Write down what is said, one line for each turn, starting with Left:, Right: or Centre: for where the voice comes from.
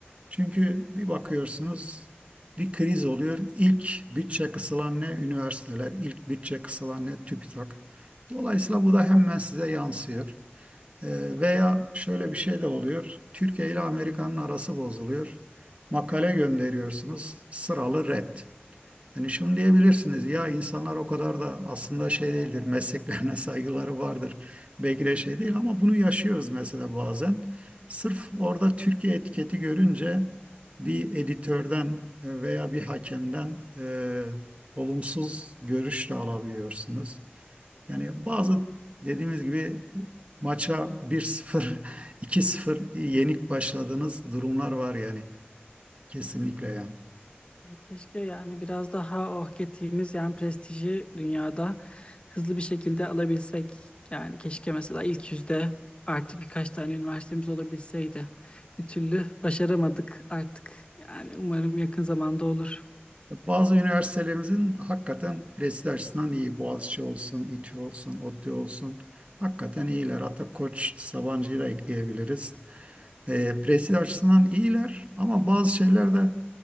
Right: Çünkü bir bakıyorsunuz bir kriz oluyor. İlk bütçe kısılan ne üniversiteler, ilk bütçe kısılan ne TÜBİTAK. Dolayısıyla bu da hemen size yansıyor. Ee, veya şöyle bir şey de oluyor. Türkiye ile Amerika'nın arası bozuluyor. Makale gönderiyorsunuz, sıralı red. Yani şunu diyebilirsiniz ya insanlar o kadar da aslında şey değildir, mesleklerine <laughs> saygıları vardır. Belki de şey değil ama bunu yaşıyoruz mesela bazen. Sırf orada Türkiye etiketi görünce bir editörden e, veya bir hakemden e, olumsuz görüş de alabiliyorsunuz. Yani bazı dediğimiz gibi maça 1-0, 2-0 <laughs> yenik başladığınız durumlar var yani. Kesinlikle yani.
Left: Keşke yani biraz daha oh ettiğimiz yani prestiji dünyada hızlı bir şekilde alabilsek. Yani keşke mesela ilk yüzde artık birkaç tane üniversitemiz olabilseydi. Bir türlü başaramadık artık. Yani umarım yakın zamanda olur.
Right: Bazı üniversitelerimizin hakikaten prestij açısından iyi. Boğaziçi olsun, İTÜ olsun, ODTÜ olsun. Hakikaten iyiler. Hatta Koç Sabancı'yı da ekleyebiliriz. E, prestij açısından iyiler ama bazı şeyler de